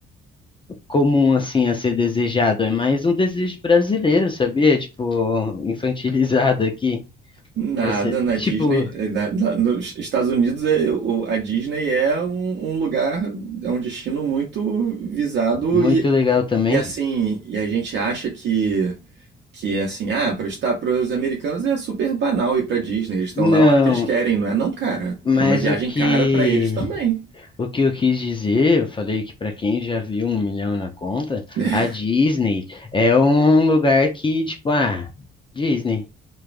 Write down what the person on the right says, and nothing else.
Nada
na
Disney, eh, na- na- nos Estados Unidos é, o- a Disney é um, um lugar, é um destino muito visado
e,
e assim, e a gente acha que que é assim, ah, para os americanos é super banal ir para Disney, eles estão
lá a hora que eles querem, não é? Não, cara,
é uma viagem
cara para eles também.
né?